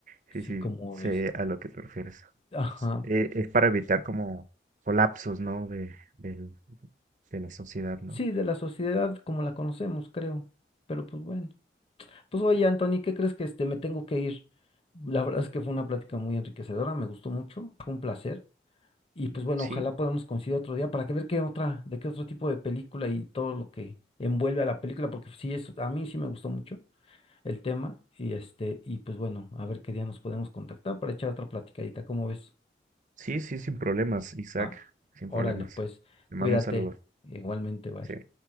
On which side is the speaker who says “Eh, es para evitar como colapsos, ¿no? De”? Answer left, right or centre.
Right